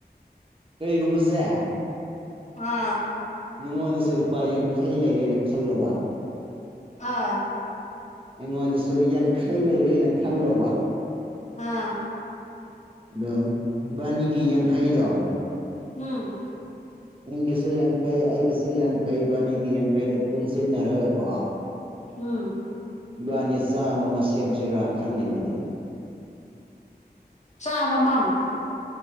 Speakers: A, on the right; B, on the left.
A: ꯀꯔꯤꯒꯨꯝꯕꯖꯦ
B: ꯑꯥ
A: ꯅꯉꯣꯟꯗꯁꯨ ꯂꯨꯄꯥ ꯌꯥꯡꯈꯩ ꯂꯩꯔꯦꯅ ꯈꯜꯂꯣꯕ
B: ꯑꯥ
A: ꯑꯩꯉꯣꯟꯗꯁꯨ ꯌꯥꯡꯈꯩ ꯂꯩꯔꯦꯅ ꯈꯜꯂꯣꯕ
B: ꯑꯥ
A: ꯑꯗꯣ ꯏꯕꯥꯅꯤꯒꯤ ꯌꯥꯡꯈꯩꯗꯣ
B: ꯎꯝ
A: ꯅꯪꯒꯤꯁꯨ ꯌꯥꯡꯈꯩ ꯑꯩꯒꯤꯁꯨ ꯌꯥꯡꯈꯩ ꯏꯕꯥꯅꯤꯒꯤ ꯌꯥꯡꯈꯩꯗꯣ ꯄꯨꯟꯁꯤꯟꯅꯔꯒ ꯀꯣ
B: ꯎꯝ
A: ꯏꯕꯥꯅꯤ ꯆꯥꯝꯃ ꯑꯃ ꯁꯦꯝꯁꯦꯔꯥ ꯈꯜꯂꯤꯕꯗꯤ
B: ꯆꯥꯃꯃꯝ